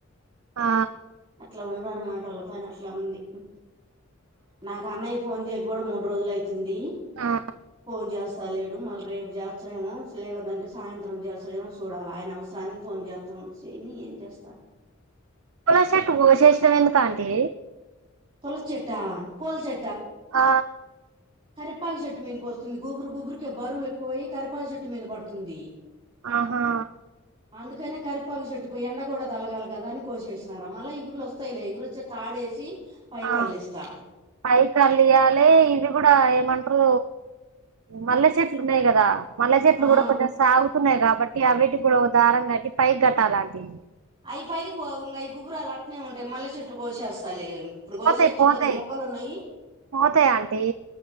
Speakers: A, on the right; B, on the right.
A: ఆ
B: అలా ఉండ్రు అన్మాట వాళ్ళ పని అట్లా ఉంది నాకు అన్నయ్ ఫోన్ చేయ్ కూడా మూడు రోజులు అయ్ తుంది
A: ఆ
B: ఫోన్ చేస్తా లేడు మళ్ళీ రేపు చేత్ డేమో స్లే కదంటే సాయంత్రం చేస్సడేమో సూడాల ఆయన అవసరానికి ఫోన్ చేస్తాండు చెయ్ని ఏం చేస్తా
A: పూల చెట్లు కోసేసినావ్ ఎందుకు ఆంటీ
B: తులసి చెట్టా పూల్చె
A: ఆ
B: కరిపాక్ చెట్టు మీదకి వస్తుంది గొబురు గుబురిక బరువు ఎక్కువయ్యి కరెపాక్ చెట్టు మీద పడుతుంది
A: ఆహా
B: అందుకనే కరెపాకు చెట్ పోయి ఎండ కూడా తలగాలి కదా అని కోసేష్నా రా మళ్ళా ఇగుర్లు వస్తాయ్లే ఇగురు వస్తే తాడేసి పైకి
A: ఆ
B: అల్లిస్తా
A: పై కళ్ళేయాలే ఇది అ కూడా ఏమంట్రు మల్లె చెట్లు ఉన్నాయ్ కదా మల్లె చెట్లు
B: ఆ
A: కూడా కొంచెం సాగుతున్నాయి కాబట్టి అవిటి కూడా ఒక దారం కట్టి పైకి కట్టాల ఆంటి
B: అవి పైకి పోం అ గుబురాలు అట్నే ఉంటాయి మల్లె చెట్లు కోసేస్తాలే ఇప్పుడు
A: పోతాయి
B: గోషేష్తే
A: పోతాయి
B: కొద్దిగా మొగ్గలు ఉన్నాయి
A: పోతాయి ఆంటీ